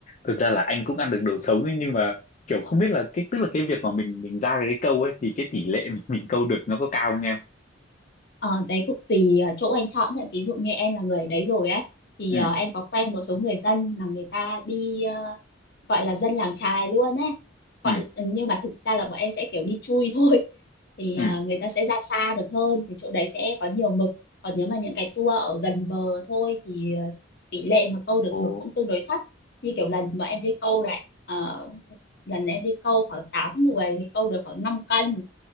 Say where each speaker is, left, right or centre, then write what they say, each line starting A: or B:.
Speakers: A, on the left; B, on the left.
A: thực ra là anh cũng ăn được đồ sống ấy, nhưng mà kiểu không biết là cái tức là cái việc mà mình mình ra cái câu ấy thì cái tỷ lệ mà <laughs> mình câu được nó có cao không em
B: Ờ, đấy cũng tùy ờ, chỗ anh chọn thôi. Ví dụ như em là người ở đấy rồi ấy thì
A: ừ
B: ờ, em có quen một số người dân mà người ta đi ờ, gọi là dân làng chài luôn ấy gọi
A: ừ
B: ừ, nhưng mà thực ra là bọn em sẽ kiểu đi chui <laughs> thôi thì
A: ừ
B: ờ, người ta sẽ ra xa được hơn thì chỗ đấy sẽ có nhiều mực còn nếu mà những cái tour ở gần bờ thôi thì ờ, tỷ lệ mà câu được
A: ồ
B: mực cũng tương đối thấp như kiểu lần mà em đi câu lại ờ, lần em đi câu khoảng 8 người thì câu được khoảng năm cân